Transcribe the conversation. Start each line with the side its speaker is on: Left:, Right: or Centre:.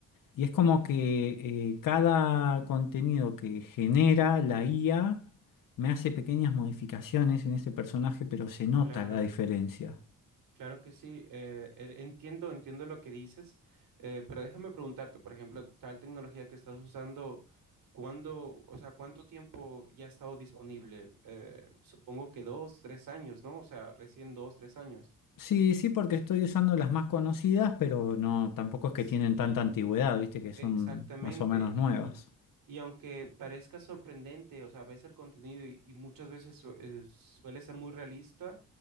Left: Y es como que eh, cada contenido que genera la IA me hace pequeñas modificaciones en ese personaje, pero se nota
Right: Claro,
Left: la diferencia.
Right: claro que sí. eh, eh, entiendo, entiendo lo que dices, eh, pero déjame preguntarte, por ejemplo, tal tecnología que estás usando, ¿cuándo, o sea, cuánto tiempo ya ha estado disponible? Eh, supongo que dos, tres años, ¿no? O sea, recién dos, tres años.
Left: Sí, sí, porque estoy usando las más conocidas, pero no, tampoco es
Right: Sí,
Left: que tienen tanta antigüedad, viste, que son
Right: Exactamente,
Left: más o menos
Right: y,
Left: nuevas.
Right: y aunque parezca sorprendente, o sea, ves el contenido y, y muchas veces su- eh, suele ser muy realista,